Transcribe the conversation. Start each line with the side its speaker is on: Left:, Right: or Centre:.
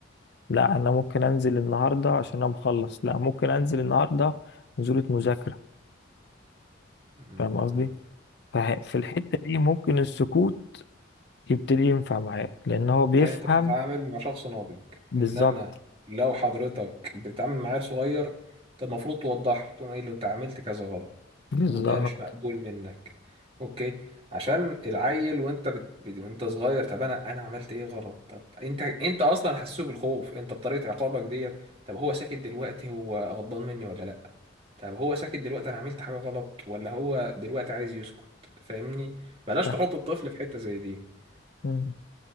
Left: لأ أنا ممكن أنزل النهاردة عشان أنا مخلص لأ ممكن أنزل النهاردة نزولة مذاكرة
Right: امم
Left: فاهم قصدي؟ فه- في الحتة دي ممكن السكوت يبتدي ينفع معاه لأن هو بيفهم
Right: لان انت بتتعامل مع شخص ناضج
Left: بالظبط
Right: انما لو حضرتك بتتعامل مع عيل صغير انت المفروض توضح له تقوم قايل له ايه اللي انت عملت كذا غلط
Left: بالظبط
Right: وده مش مقبول منك اوكي عشان العيل وانت بت... بت- وانت صغير طب انا انا عملت ايه غلط طب انت انت اصلا حسسه بالخوف انت بطريقه عقابك ديت طب هو ساكت دلوقتي هو غضبان مني ولا لا طب هو ساكت دلوقتي انا عملت حاجه غلط ولا هو دلوقتي عايز يسكت فاهمني بلاش
Left: ف-
Right: تحط الطفل في حته زي دي
Left: مم.